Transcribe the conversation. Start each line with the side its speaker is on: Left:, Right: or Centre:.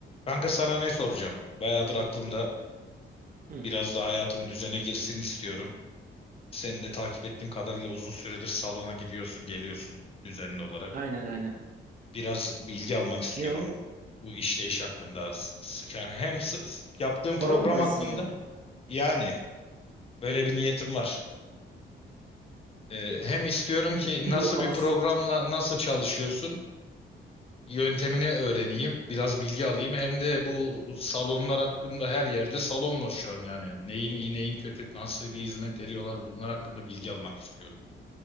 Left: Kanka sana ne soracağım? Bayağıdır aklımda
Right: Hı.
Left: biraz da hayatım düzene girsin istiyorum. Seni de takip ettiğim kadarıyla uzun süredir salona gidiyorsun, geliyorsun düzenli olarak.
Right: Aynen aynen.
Left: Biraz bilgi almak istiyorum
Right: Ne o?
Left: bu işleyiş hakkında. S- s- Yani hem s- s- yaptığım program
Right: Para mı başlayacağım?
Left: hakkında yani böyle bir niyetim var. Ee, hem istiyorum ki
Right: Ciddi
Left: nasıl
Right: olamazsın.
Left: bir programla nasıl çalışıyorsun? yöntemini öğreneyim, biraz bilgi alayım. Hem de bu salonlar hakkında her yerde salon var şu an yani. Neyin iyi, neyin kötü, nasıl bir hizmet veriyorlar bunlar hakkında bilgi almak istiyorum.